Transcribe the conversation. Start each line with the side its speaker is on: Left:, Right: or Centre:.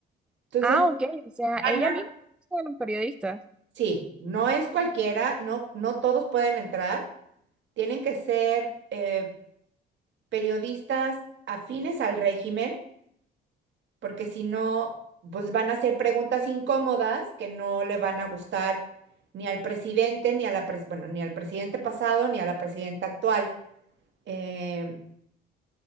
Right: Entonces,
Centre: ah, ok, o sea,
Right: van
Centre: ella
Right: a
Centre: misma es una periodista.
Right: Sí, no es cualquiera, no, no todos pueden entrar, tienen que ser eh, periodistas afines al régimen, porque si no, pues van a hacer preguntas incómodas que no le van a gustar ni al presidente, ni a la pres- bueno, ni al presidente pasado, ni a la presidenta actual. Em,